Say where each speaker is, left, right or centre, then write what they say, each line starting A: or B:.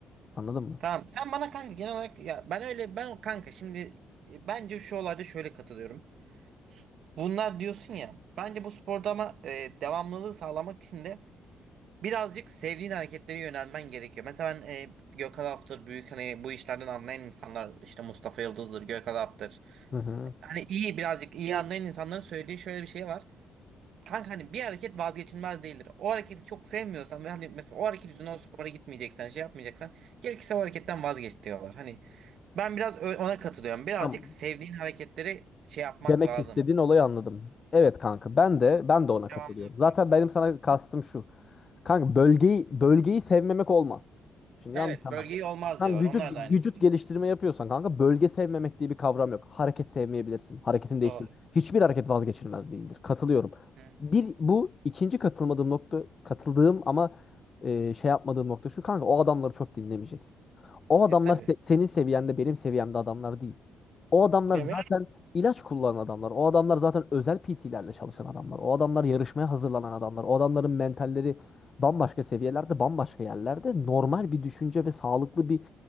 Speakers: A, on the left (about 40°); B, on the right (about 70°).
A: Anladın mı?
B: Tamam. Sen bana kanka genel olarak ya ben öyle ben o kanka şimdi e, bence şu olayda şöyle katılıyorum. Bunlar diyorsun ya bence bu sporda ama e, devamlılığı sağlamak için de birazcık sevdiğin hareketlere yönelmen gerekiyor. Mesela ben e, Gökhan Aftır büyük hani bu işlerden anlayan insanlar işte Mustafa Yıldız'dır, Gökhan Aftır.
A: Hı hı.
B: Hani iyi birazcık iyi anlayan insanların söylediği şöyle bir şey var. Kanka hani bir hareket vazgeçilmez değildir. O hareketi çok sevmiyorsan ve hani mesela o hareket yüzünden o spora gitmeyeceksen, şey yapmayacaksan gerekirse o hareketten vazgeç diyorlar. Hani ben biraz ö- ona katılıyorum. Birazcık
A: Tamam.
B: sevdiğin hareketleri şey yapmak
A: Demek
B: lazım.
A: istediğin olayı anladım. Evet kanka ben de ben de ona katılıyorum.
B: Devamlılık
A: Zaten
B: var.
A: benim sana kastım şu. Kanka bölgeyi bölgeyi sevmemek olmaz. Şimdi
B: Evet,
A: yanlış anlama.
B: bölgeyi olmaz
A: Sen
B: diyorlar.
A: vücut
B: Onlar
A: vücut
B: da aynısını.
A: geliştirme yapıyorsan kanka bölge sevmemek diye bir kavram yok. Hareket sevmeyebilirsin. Hareketini değiştir.
B: Doğru.
A: Hiçbir hareket vazgeçilmez değildir. Katılıyorum.
B: Hı.
A: Bir bu ikinci katılmadığım nokta katıldığım ama e, şey yapmadığım nokta şu kanka o adamları çok dinlemeyeceksin. O adamlar
B: E tabii.
A: se- senin seviyende benim seviyemde adamlar değil. O adamlar
B: Ya
A: zaten
B: ben-
A: ilaç kullanan adamlar. O adamlar zaten özel PT'lerle çalışan adamlar. O adamlar yarışmaya hazırlanan adamlar. O adamların mentalleri bambaşka seviyelerde, bambaşka yerlerde. Normal bir düşünce ve sağlıklı bir